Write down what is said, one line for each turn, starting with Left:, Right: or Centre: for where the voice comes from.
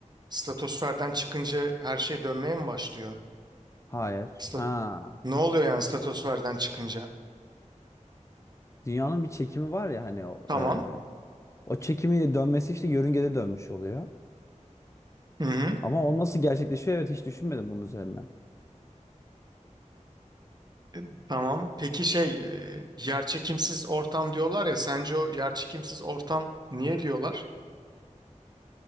Right: Stratosferden çıkınca her şey dönmeye mi başlıyor?
Left: Hayır.
Right: Stat-
Left: Ha.
Right: ne oluyor yani stratosferden çıkınca?
Left: Dünyanın bir çekimi var ya hani o,
Right: Tamam.
Left: e, o çekimiyle dönmesi işte yörüngede dönmüş oluyor.
Right: Hı hı.
Left: Ama o nasıl gerçekleşiyor? Evet hiç düşünmedim bunun üzerine.
Right: E, Tamam. Peki şey, e, yerçekimsiz ortam diyorlar ya. Sence o yerçekimsiz ortam niye diyorlar?